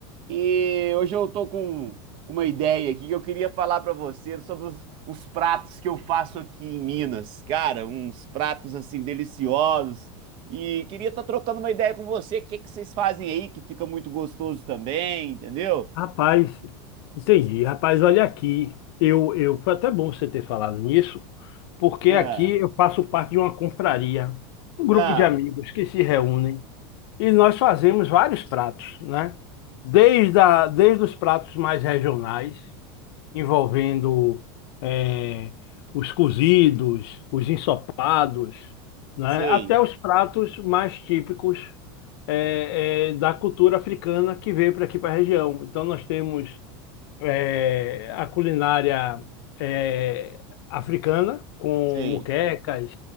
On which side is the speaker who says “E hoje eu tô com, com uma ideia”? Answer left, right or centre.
Right